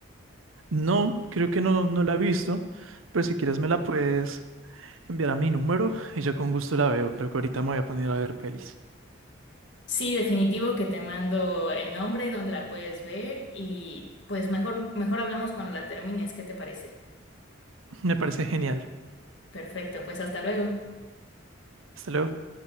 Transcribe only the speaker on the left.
Sí, definitivo que te mando el nombre, dónde la puedes ver y pues mejor, mejor hablamos cuando la termines, ¿qué te parece?
Perfecto, pues hasta luego.